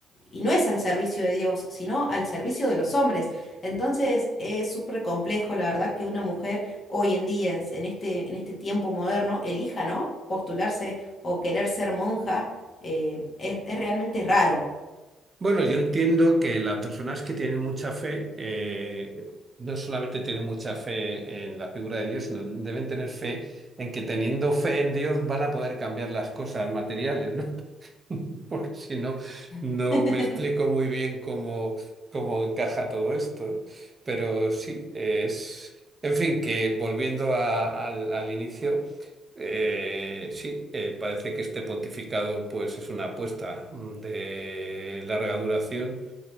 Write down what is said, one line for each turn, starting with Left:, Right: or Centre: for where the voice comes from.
Left: Y no es al servicio de Dios, sino al servicio de los hombres entonces es súper complejo, la verdad, que una mujer hoy en día, en, en este, en este tiempo moderno, elija, ¿no? Postularse o querer ser monja, eh, es, es realmente raro.
Right: Bueno, yo entiendo que las personas que tienen mucha fe, eh, no solamente tienen mucha fe en la figura de Dios, sino deben tener fe en que teniendo fe en Dios van a poder cambiar las cosas materiales, ¿no? porque si no, no
Left: <laughs>
Right: me explico muy bien cómo, cómo encaja todo esto. Pero sí, es... En fin, que volviendo a- al, al inicio, eh, sí, eh, parece que este pontificado pues es una apuesta mm, de larga duración